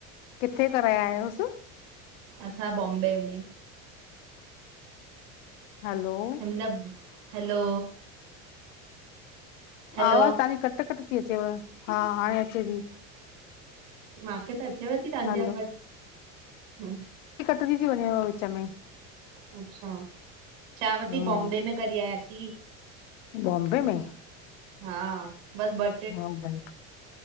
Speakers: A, on the left; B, on the right.
A: किथे कराया आयोस्?
B: असां बॉम्बे में।
A: हलो।
B: लभ हलो। हलो
A: आवाज़ तांजी कट कट थी अचेव हां हाणे अचे थी।
B: मांखे त अचेव थी तांजी
A: हलो
B: आवाज़ ह।
A: कटजी थी वञेव विच में।
B: अच्छा, चांवती
A: हम्म
B: बॉम्बे में कॾई आयासीं।
A: बॉम्बे में?
B: हां बस ब।
A: हां भई